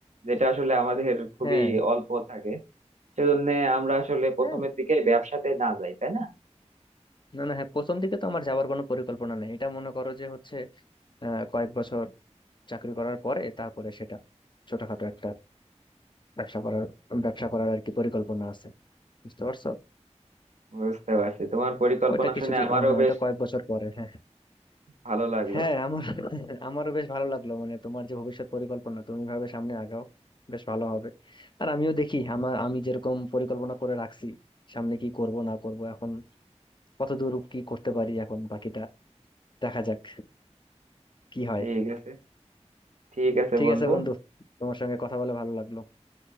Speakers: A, on the right; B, on the left.
A: যেটা আসলে আমাদের খুবই
B: হ্যাঁ
A: অল্প থাকে সেজন্য আমরা আসলে প্রথমের
B: হ্যাঁ
A: দিকে ব্যবসাতে না যাই তাই না
B: না না হ্যাঁ প্রথম দিকে তো আমার যাওয়ার কোনো পরিকল্পনা নেই এটা মনে করো যে হচ্ছে আহ, কয়েক বছর চাকরি করার পরে তারপরে সেটা ছোটখাটো একটা ব্যবসা করার ব্যবসা করার আর কি পরিকল্পনা আছে বুঝতে পারছো
A: বুঝতে পারছি তোমার পরিকল্পনা
B: ওইটা কিছুদিন
A: শুনে আমারও
B: হ্যাঁ
A: বেশ
B: এটা কয়েক বছর পরে হ্যাঁ
A: ভালো লাগলো
B: হ্যাঁ আমার আমারও বেশ ভালো লাগলো মানে তোমার যে ভবিষ্যৎ পরিকল্পনা তুমি ভাবে সামনে আগাও বেশ ভালো হবে আর আমিও দেখি আমার আমি যেরকম পরিকল্পনা করে রাখছি সামনে কি করব না করব এখন কত দূর কি করতে পারি এখন বাকিটা দেখা যাক কি হয়
A: ঠিক আছে ঠিক আছে
B: ঠিক
A: বন্ধু
B: আছে বন্ধু তোমার সঙ্গে কথা বলে ভালো লাগলো